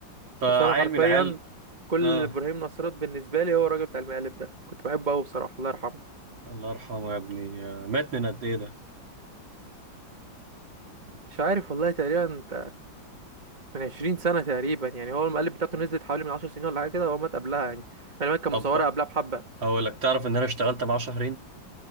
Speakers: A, on the right; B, on the right.
A: فعيل
B: بس أنا حرفيا
A: من العيال
B: كل
A: اه
B: إبراهيم نصرات بالنسبة لي هو الراجل بتاع المقالب ده كنت بحبه أوي بصراحة الله يرحمه
A: الله يرحمه يا ابني آه، مات من قد ايه ده
B: مش عارف والله تقريبا أنت من 20 سنة تقريبا يعني هو المقالب بتاعته نزلت حوالي من 10 سنين ولا حاجة كده هو مات قبلها يعني أنا كان
A: طب
B: مصورها
A: بقى،
B: قبلها بحبة
A: اقول لك تعرف ان انا اشتغلت معاه شهرين